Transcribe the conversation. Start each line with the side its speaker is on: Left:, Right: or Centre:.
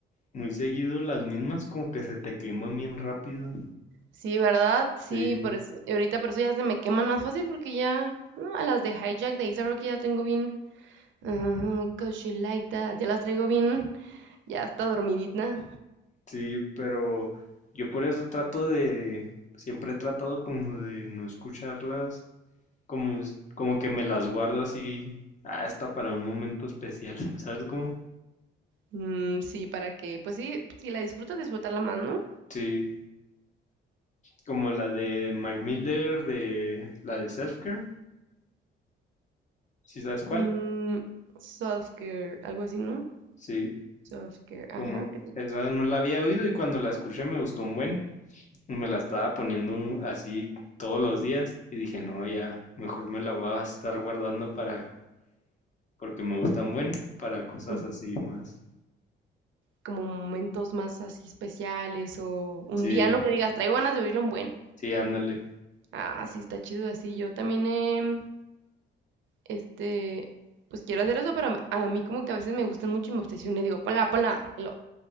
Left: muy seguido las mismas, como que se te queman bien rápido.
Right: Sí, ¿verdad? Sí,
Left: Sí,
Right: por eso- y ahorita por eso ya se me queman más fácil porque ya ah, a las de Hijack de Isa Rocky ya tengo bien... ah, 'cause you like that, ya las traigo bien, ya está dormidita.
Left: Sí, pero yo por eso trato de, siempre he tratado como de no escucharlas, como, es- como que me las guardo así, ah, esta para un momento especial, <laughs> ¿sabes cómo?
Right: Mm, sí, para que, pues sí, si la disfrutas, disfrutarla más, ¿no?
Left: Sí, como la de Mac Miller, de la de Self Care, ¿sí sabes cuál?
Right: Mm, self-care, algo así, ¿no?
Left: Sí,
Right: Self-care, ajá,
Left: como
Right: que ti-
Left: esa no la había oído y cuando la escuché me gustó un buen, y me la estaba poniendo un- así todos los días y dije, no, ya, mejor me la voy a estar guardando para porque me gustan buen para cosas
Right: ujú,
Left: así más.
Right: como momentos más así especiales o un
Left: Sí,
Right: día, ¿no? Que digas, traigo ganas de oírlo un buen.
Left: sí, ándale.
Right: Ah, sí, está chido así. Yo también, em, este, pues quiero hacer eso, pero a mí a mí como que a veces me gustan mucho y me obsesiono y digo, ponla, ponla, y lo-